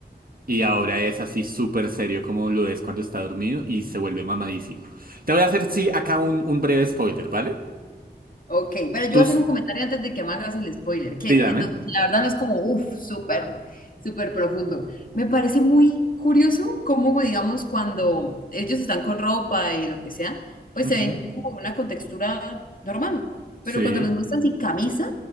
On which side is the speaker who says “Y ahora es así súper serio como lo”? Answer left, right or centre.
Right